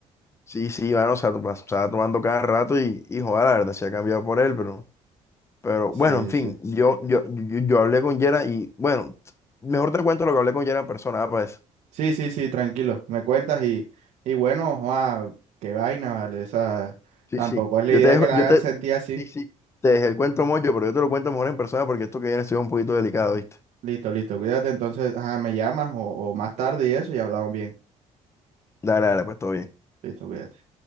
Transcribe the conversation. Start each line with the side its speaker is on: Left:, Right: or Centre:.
Left: Sí, sí, mano, o sea, to- pasaba tomando cada rato y, y joder, la verdad, se ha cambiado por él, pero... Pero
Right: Sí,
Left: bueno, en fin,
Right: sí.
Left: yo, yo, yo, yo hablé con Yera y bueno, mejor te cuento lo que hablé con Yera en persona, ah, pues.
Right: Sí, sí, sí, tranquilo. Me cuentas y, y bueno, joa, qué vaina, ¿vale? O sea,
Left: Sí,
Right: tampoco
Left: sí,
Right: es la
Left: Yo
Right: idea
Left: te dejo,
Right: que la
Left: yo
Right: hagan
Left: te,
Right: sentir así.
Left: sí, sí. te dejé el cuento mocho, pero yo te lo cuento mejor en persona porque esto que viene es un poquito delicado, ¿viste?
Right: Listo, listo, cuídate. Entonces, ajá, me llamas o, o más tarde y eso y hablamos bien.
Left: Dale, dale, pues todo bien.
Right: Listo, cuídate.